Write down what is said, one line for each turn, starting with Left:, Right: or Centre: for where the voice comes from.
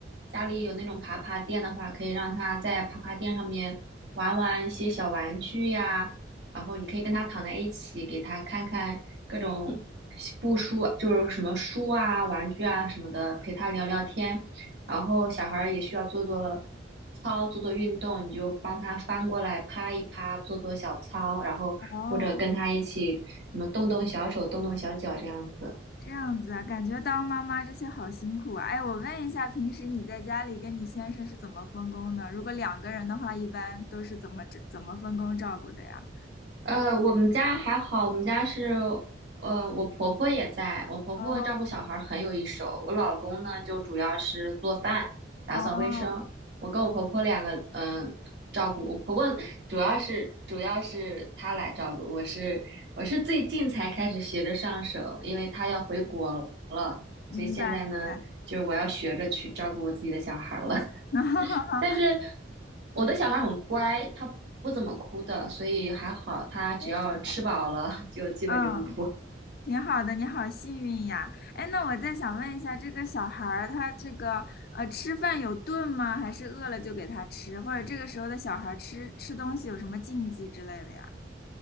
Right: 家里有那种爬爬垫的话，可以让他在爬爬垫上面玩玩一些小玩具呀，然后你可以跟他躺在一起，给他看看各种布书，就是什么书啊、玩具啊什么的，陪他聊聊天。然后小孩儿也需要做做操、做做运动，你就帮他翻过来趴一趴，做做小操，然后或者跟他一起什么动动小手、
Left: 哦，
Right: 动动小脚这样子。
Left: 这样子啊，感觉当妈妈这些好辛苦啊。哎，我问一下，平时你在家里跟你先生是怎么分工的？如果两个人的话，一般都是怎么怎么分工照顾的呀？
Right: 呃，我们家还好，我们家是，呃，我婆婆也在，我婆婆照顾小孩儿很有一手，
Left: 哦。
Right: 我老公呢就主要是做饭、打扫卫生，
Left: 哦，
Right: 我跟我婆婆两个，嗯、照顾我婆婆主要是主要是她来照顾，我是我是最近才开始学着上手，因为她要回国了，
Left: 哦，明白明白，
Right: 所以现在呢，就是我要学着去照顾我自己的小孩儿了。
Left: <laughs>
Right: 但是我的小孩很乖，他不怎么哭的，所以还好，他只要吃饱了就基本就不哭。
Left: 真是小宝，嗯，挺好的，你好幸运呀。哎，那我再想问一下，这个小孩儿他这个呃吃饭有顿吗？还是饿了就给他吃？或者这个时候的小孩儿吃吃东西有什么禁忌之类的呀？